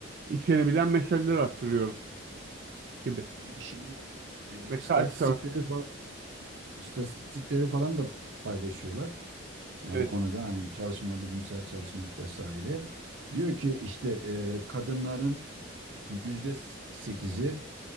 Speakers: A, on the right; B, on the right.
A: içerebilen mesajlar attırıyorum gibi.
B: Abi şimdi e,
A: Ve
B: istatistikleri
A: karşı taraf,
B: falan Tamam. İstatistikleri falan da paylaşıyorlar. Yani
A: evet.
B: bu konuda hani bir çalışma, bilimsel çalışma vesaire. Diyor ki işte e, kadınların yüzde sekizi,